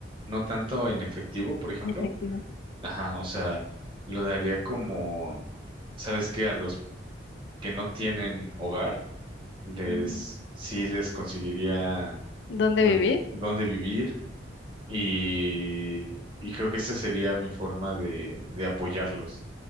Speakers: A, on the right; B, on the left.
A: no tanto en efectivo, por ejemplo.
B: efectivo.
A: Ajá, o sea, lo daría como, ¿sabes qué? A los que no tienen hogar, les,
B: Ujú.
A: sí les conseguiría,
B: ¿Dónde
A: pues,
B: vivir?
A: dónde vivir y, y creo que esa sería mi forma de, de apoyarlos.